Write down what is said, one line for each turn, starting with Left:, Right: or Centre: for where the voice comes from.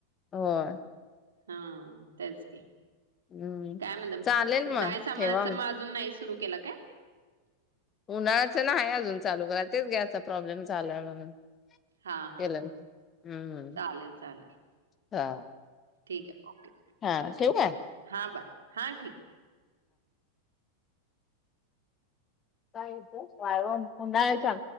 Left: होय
Right: हा तेच की.
Left: हम्म.
Right: काय म्हणता मग?
Left: चालेल
Right: उन्हाळी
Left: मग
Right: सामानाच
Left: ठेवा
Right: मग आजून नाही सुरू केला काय?
Left: उन्हाळाचं नाही अजून चालू केल तेच गॅसचा प्रॉब्लेम चालूय म्हणून.
Right: हा हा
Left: केल
Right: हा
Left: नाही हम्
Right: चालेल चालेल
Left: हा.
Right: ठीक आहे ओके.
Left: हा ठेवू काय?
Right: हां बाय हां ठीक.
Left: काय येत ते? वाळवण उन्हाळ्याच्या.